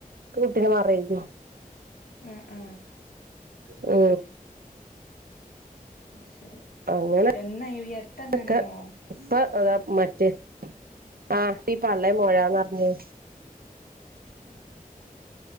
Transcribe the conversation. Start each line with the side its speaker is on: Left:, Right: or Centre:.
Right: കുട്ടിനെ മറവെയ്തു.
Left: ആ ആ.
Right: ഓ.
Left: അത് ശരി
Right: അങ്ങനെ
Left: എന്നാ ഈ അടുത്തെങ്ങാനാണോ
Right: <unintelligible> ക്കെ ഇപ്പൊ- അതാ മറ്റെ ആഹ ഈ പള്ളേ മൊഴാന്നറഞ്ഞ്,
Left: <inaudible>